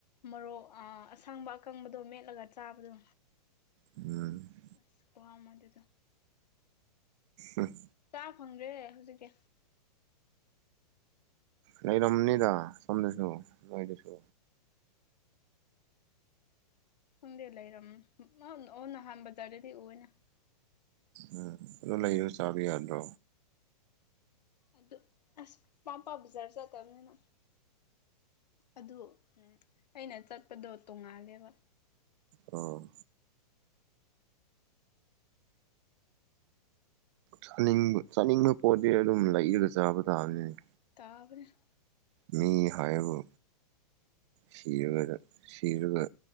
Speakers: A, on the left (about 75°); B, on the right (about 45°).
A: ꯃꯔꯣꯔꯣꯛ ꯑ ꯑꯁꯪꯕ ꯑꯀꯪꯕꯗꯣ ꯃꯦꯠꯂꯒ ꯆꯥꯕꯗꯣ
B: ꯎꯝ
A: ꯑꯁ ꯋꯥ ꯑꯃ ꯑꯗꯨꯗꯣ
B: ꯎꯝ
A: ꯆꯥ ꯐꯪꯗ꯭ꯔꯦ ꯍꯧꯖꯤꯛꯀꯤ
B: ꯂꯩꯔꯝꯅꯤꯗ ꯁꯣꯝꯗꯁꯨ ꯅꯣꯏꯗꯨꯁꯨ
A: ꯈꯪꯗꯦ ꯂꯩꯔꯝ ꯑꯣ ꯅꯍꯥꯟ ꯕꯖꯥꯔꯗꯗꯤ ꯎ ꯑꯣꯏꯅ
B: ꯎꯝ ꯑꯗꯨ ꯂꯩꯔ ꯆꯥꯕ ꯌꯥꯗ꯭ꯔꯣ
A: ꯑꯗꯨ ꯑꯁ ꯄꯥꯝꯄꯥ ꯕꯖꯥꯔ ꯆꯠꯇꯕꯅꯤꯅ ꯑꯗꯨ ꯑꯩꯅ ꯆꯠꯄꯗꯣ ꯇꯣꯡꯉꯥꯜꯂꯦꯕ
B: ꯑꯣ ꯆꯥꯅꯤꯡꯕ ꯆꯥꯅꯤꯡꯕ ꯄꯣꯠꯇꯤ ꯑꯗꯨꯝ ꯂꯩꯔꯒ ꯆꯥꯕ ꯇꯥꯕꯅꯤꯅꯦ
A: ꯇꯥꯕꯅꯤ
B: ꯃꯤ ꯍꯥꯏꯕꯨ ꯁꯤꯔꯒꯗ ꯁꯤꯔꯒ